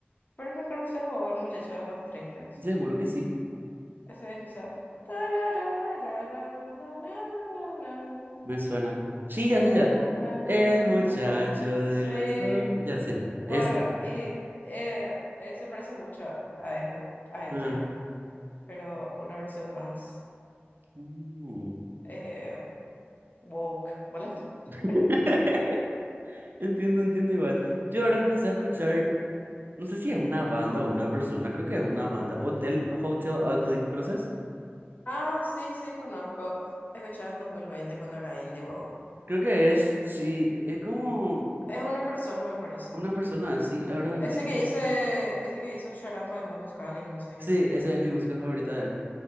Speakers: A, on the left (about 45°); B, on the right (about 55°).
A: Pero no conoces vos el muchacho de ojos tristes.
B: Seguro que sí,
A: Ese empieza. "Tararararara, na, na, na, na,
B: me suena. Sí, ya
A: na,
B: sé ya.
A: na, na, na, na,
B: El
A: na,
B: muchacho
A: na, na".
B: de
A: <laughs> Sí.
B: los ojos. Ya sé ya. vale,
A: Bueno,
B: Eso.
A: y eh, eh, se parece mucho a, este- a ella,
B: Ah.
A: pero una versión más.
B: Mm.
A: eh, woke, bueno
B: <laughs>
A: <laughs>
B: Entiendo, entiendo igual. Yo ahora empecé a escuchar, no sé si es una banda o una persona, creo que es una banda, Hotel, Hotel Ugly, ¿conoces?
A: Ah, sí, sí, conozco. Escuchaba en 2020 cuando era indie, wow.
B: Creo que es, sí, es como
A: Es una persona, me parece.
B: una persona, sí ahora
A: Ese
B: estoy leyendo.
A: que dice, ese que hizo Shut Up, My Mom is Calling, no sé qué.
B: Sí, esa es mi música favorita de él,